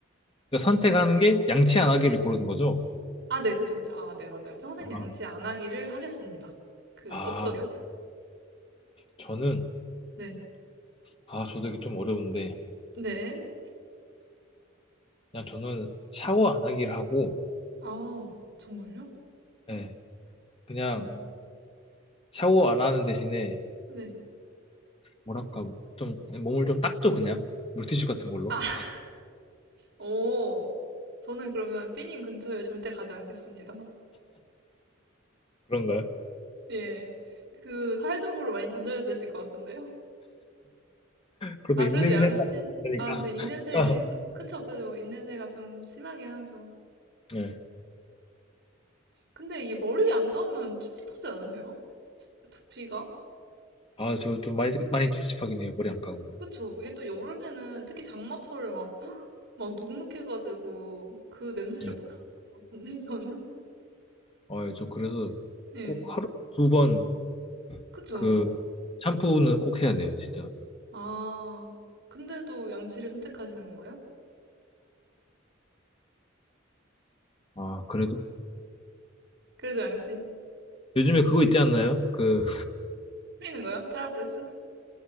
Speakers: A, on the left; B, on the right.
A: 그러니까 선택하는 게 양치 안 하기를 고르는 거죠.
B: 아, 네, 그쵸, 그쵸. 아, 네, 맞아요. 평생
A: 아,
B: 양치 안 하기를 하겠습니다. 그,
A: 아,
B: 어떠세요?
A: 저는,
B: 네.
A: 아, 저도 이게 좀 어려운데,
B: 네.
A: 그냥 저는 샤워 안 하기를 하고,
B: 아, 정말요?
A: 예, 그냥
B: 오,
A: 샤워 안 하는 대신에,
B: 네.
A: 뭐랄까, 좀, 몸을 좀 닦죠, 그냥. 물티슈 같은 걸로.
B: 아, <laughs> 오. 저는 그러면 삐님 근처에 절대 가지 않겠습니다.
A: 그런가요?
B: 예. 그, 사회적으로 많이 단절되실 것 같은데요?
A: 그래도
B: 아,
A: 입냄새가
B: 그래도 양치.
A: 나니까.
B: 아, 근데 입냄새,
A: <laughs>
B: 그, 그쵸, 그죠. 입냄새가 좀 심하긴 하죠.
A: 네.
B: 근데 이게 머리 안 감으면 찝찝하지 않으세요? 치- 두피가?
A: 아, 저 좀 많이, 많이 찝찝하긴 해요, 머리 안 감으면.
B: 그쵸. 이게 또 여름에는 특히 장마철에 막, 막 눅눅해가지고 그 냄새를
A: 음.
B: 못 하는 것 같은데, 저는?
A: 아, 예, 저 그래서
B: 예.
A: 꼭 하루 두 번
B: 그쵸.
A: 그, 샴푸는 꼭 해야 돼요, 진짜.
B: 아, 근데도 양치를 선택하시는 건가요?
A: 아, 그래도.
B: 그래도 양치.
A: 요즘에 그거 있지 않나요? 그,
B: 쓰이는 거예요? 테라브레스?